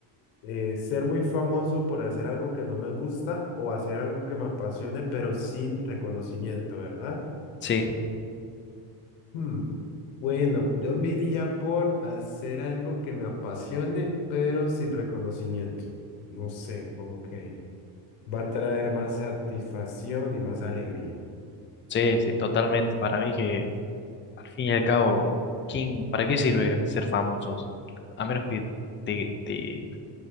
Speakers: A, on the left; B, on the left.
A: eh, ser muy famoso por hacer algo que no me gusta o hacer algo que me apasione, pero sin reconocimiento, ¿verdad?
B: Sí,
A: Hmm, Bueno, yo me iría por hacer algo que me apasione, pero sin reconocimiento. No sé, como que va a traer más satisfacción y más alegría.
B: sí, sí, totalmente. Para mí que al fin y al cabo, ¿quién, para qué sirve ser famosos? A menos que te, te-